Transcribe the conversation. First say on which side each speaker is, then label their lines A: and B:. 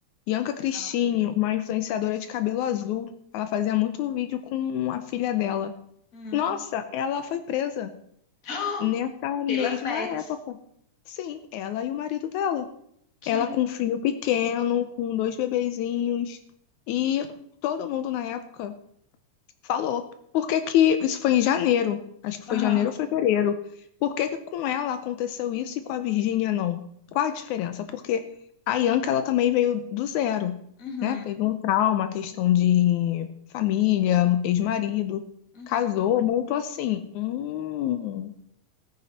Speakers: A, on the left; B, on the left.
A: Yanka Cristine,
B: Não.
A: uma influenciadora de cabelo azul. Ela fazia muito vídeo com a filha dela.
B: Hum.
A: Nossa, ela foi presa
B: <gasps>
A: nessa
B: Pelas
A: mesma
B: bets.
A: época. Sim, ela e o marido dela.
B: Que
A: Ela com um filho pequeno,
B: loucura.
A: com dois bebezinhos. E todo mundo na época falou. Por que que isso foi em janeiro? Acho que foi
B: Aham.
A: janeiro ou fevereiro. Por que que com ela aconteceu isso e com a Virgínia não? Qual a diferença? Porque a Bianca ela também veio do zero,
B: Uhum.
A: né? Teve um trauma, questão de família, ex-marido,
B: Uhum.
A: casou, montou assim, um...